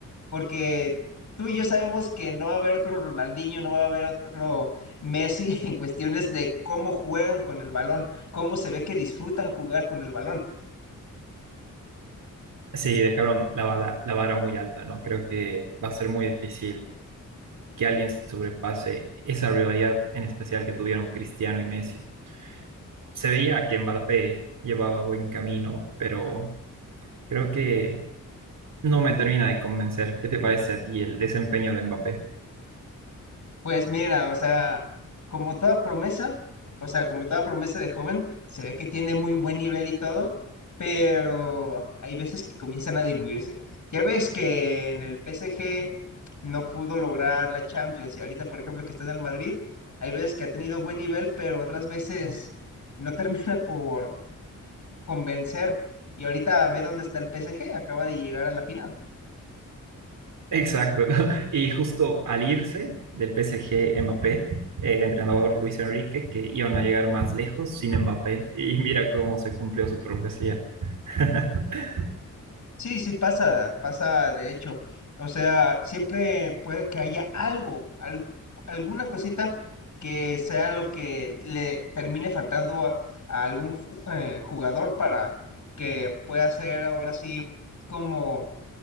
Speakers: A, on the left (about 55°); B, on the right (about 75°).
A: porque tú y yo sabemos que no va a haber otro Ronaldinho, no va a haber otro Messi <laughs> en cuestiones de cómo juegan con el balón, cómo se ve que disfrutan jugar con el balón.
B: Sí, dejaron la bala- la vara muy alta, ¿no? Creo que va a ser muy difícil que alguien sobrepase esa rivalidad en especial que tuvieron Cristiano y Messi. Se veía que Mbappé llevaba buen camino, pero creo que no me termina de convencer. ¿Qué te parece a ti el desempeño de Mbappé?
A: Pues mira, o sea, como toda promesa, o sea, como toda promesa de joven, se ve que tiene muy buen nivel y todo, pero hay veces que comienzan a diluirse. Ya ves que en el PSG no pudo lograr la Champions y ahorita, por ejemplo, que está en el Madrid, hay veces que ha tenido buen nivel, pero otras veces no <laughs> termina por convencer. Y ahorita ve dónde está el PSG, acaba de llegar a la final.
B: Exacto. <laughs> Y justo al irse del PSG Mbappé, el entrenador Luis Enrique, que iban a llegar más lejos sin Mbappé, y mira cómo se cumplió su profecía. <laughs>
A: Sí, sí pasa, pasa de hecho. O sea, siempre puede que haya algo, al- alguna cosita que sea lo que le termine faltando a, a algún ju- eh, jugador para que pueda ser ahora sí como